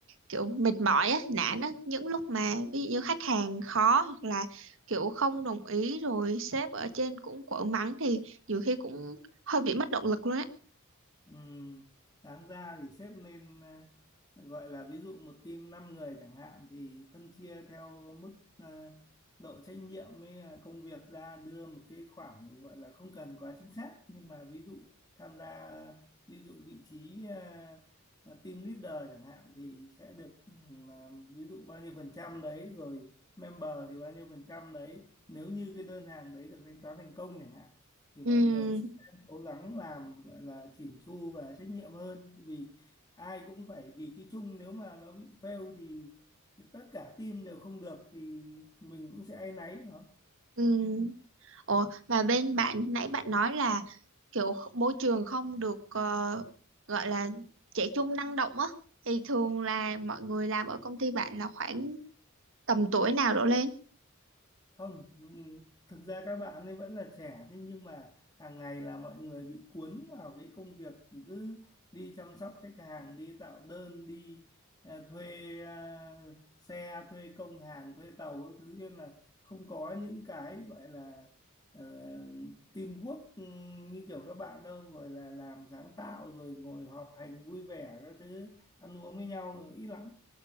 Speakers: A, on the right (about 65°); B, on the left (about 20°).
A: kiểu mệt mỏi á nản á những lúc mà
B: Ừ.
A: ví dụ như khách hàng khó hoặc là kiểu không đồng ý rồi sếp ở trên cũng quở mắng thì nhiều khi cũng hơi bị mất động lực luôn á
B: Ừm, đáng ra thì xếp lên ờ, gọi là ví dụ một team 5 người chẳng hạn thì phân chia theo mức ờ, độ trách nhiệm với ờ, công việc ra đưa một cái khoảng gọi là không cần quá chính xác nhưng mà ví dụ tham gia ví dụ vị trí ờ, ờ, team leader chẳng hạn thì sẽ được ừm, ờ, ví dụ bao nhiêu phần trăm đấy rồi member thì bao nhiêu phần trăm đấy nếu như cái đơn hàng đấy được thanh toán thành công chẳng hạn thì mọi
A: ừ
B: người cố gắng làm gọi là chỉn chu và trách nhiệm hơn Tại vì ai cũng phải vì cái chung nếu mà nó bị fail thì tất cả team đều không được thì mình cũng sẽ áy náy
A: ừ Ủa, mà bên bạn nãy bạn nói là kiểu kh- môi trường không được ờ, gọi là trẻ trung năng động á thì thường là mọi người làm ở công ty bạn là khoảng tầm tuổi nào đổ lên
B: không ừm, thực ra các bạn ấy vẫn là trẻ thế nhưng mà hàng ngày là mọi người bị cuốn vào cái công việc cứ đi chăm sóc khách hàng đi tạo đơn đi à, thuê à, xe thuê công hàng thuê tàu các thứ nên là không có những cái gọi là uh, teamwork ừm, như kiểu các bạn đâu gọi là làm sáng tạo rồi ngồi họp hành vui vẻ các thứ ăn uống với nhau ít lắm